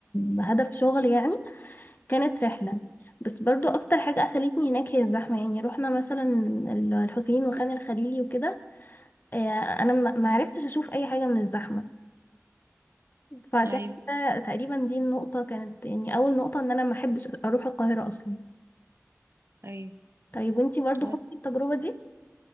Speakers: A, on the left; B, on the right.
A: بهدف شغل يعني كانت رحلة بس برضو أكتر حاجة قفلتني هناك هي الزحمة يعني روحنا مثلا ال- الحسين وخان الخليلي وكده آه، أنا ما
B: مم.
A: ما عرفتش أشوف أي حاجة من الزحمة فعشان
B: ايوه
A: كده تقريبا دي النقطة كانت يعني أول نقطة إن أنا ما أحبش أروح القاهرة أصلا
B: ايوه
A: طيب وانتي برضو
B: انا
A: خدتي التجربة دي؟